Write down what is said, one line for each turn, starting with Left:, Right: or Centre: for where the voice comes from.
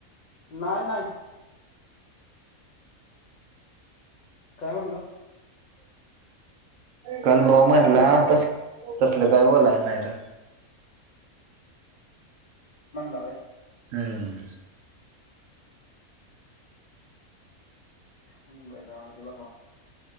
Left: नाही नाही काय म्हणला
Right: काल भाऊ म्हटला
Left: काय म्हणला
Right: तस तसलं काय बोलाय नाही र
Left: म्हणला वय
Right: हम्म
Left: बरं रावते बावा